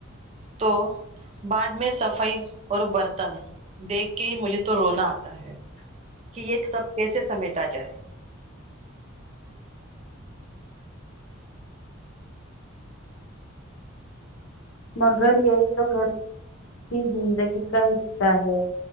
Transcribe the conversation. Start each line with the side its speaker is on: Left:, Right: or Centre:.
Right: تو بعد میں صفائی اور برتن دیکھ کے ہی مجھے تو رونا آتا ہے کہ یہ سب کیسے سمیٹا جائے
Left: مگر یہی تو گھر کی زندگی کا حصہ ہے